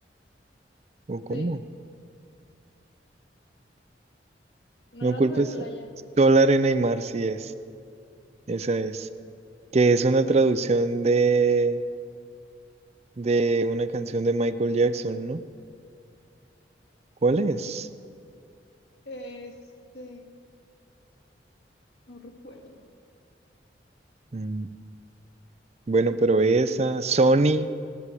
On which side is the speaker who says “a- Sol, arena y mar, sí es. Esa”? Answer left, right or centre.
Right